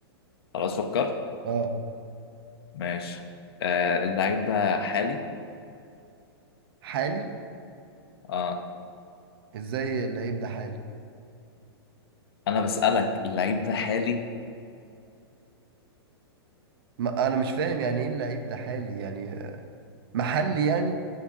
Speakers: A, on the left; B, on the right.
A: خلاص فكر
B: اه
A: ماشي آه اللعيب ده حالي
B: حالي
A: اه
B: ازاي اللعيب ده حالي
A: انا بسالك اللعيب ده حالي
B: ما انا مش فاهم يعني ايه اللعيب ده حالي يعني محلي يعني